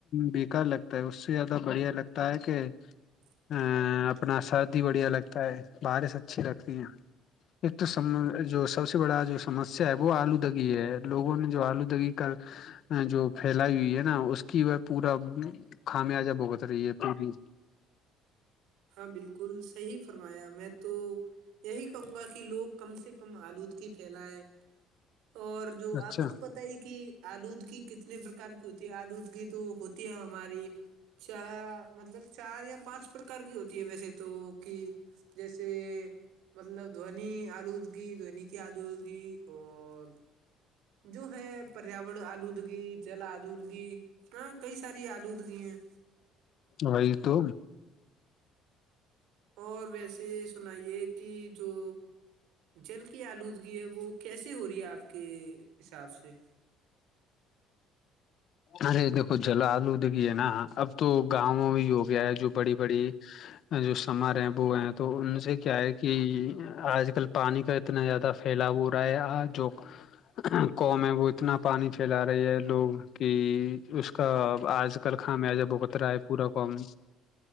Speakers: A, on the left; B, on the right.
A: بیکار لگتا ہے اس سے زیادہ بڑھیا لگتا ہے کہ
B: اچ <inaudible>
A: ا اپنا سردی بڑھیا لگتا ہے بارش اچھی لگتی ہیں ایک تو سم جو سب سے بڑا جو سمسیا ہے وہ آلودگی ہے لوگوں نے جو آلودگی کر جو پھیلائی ہوئی ہے نا اس کی وہ پورا خامیا جب ہوت رہی ہے پوری
B: ہاں بالکل صحیح فرمایا میں تو یہی کہوں گا کہ لوگ کم سے کم آلود کی پھیلا ہے اور جو
A: اچھا
B: آپ کو تو پتا پ ہی کہ آلودگی کتنے پرکار کی ہوتی ہے آلودگی تو ہوتی ہے ہماری چ مطلب چار یا پانچ پر کار کی ہوتی ہے ویسے تو کہ جیسے مطلب دھونی آلوگی دونی کی آلوگی اور جو ہے پریا ڑ آلودگی جل آلودگی ہاں کئی ساری آلودگی ہیں
A: وہئی تو
B: اور ویسے سنائیے کہ جو جل کی آلودگی ہے وہ کیسیے ہو رہی ہے آپ کے حساب سے
A: ارے دیکھو جل آلو دگے نا اب تو گاؤںوں میں ہے جو بڑی بڑی جو سمار ہیں وہ ہیں تو ان سے کیا ہے کہ آج کل پانی کا اتنا زیادہ پھیلا ہو رہا ہے جو قم ہے وہ اتنا پانی کھیلا رہی ہے لوگ کہ اس کا آج کل خامیازہ ب اترا ہے پورا کام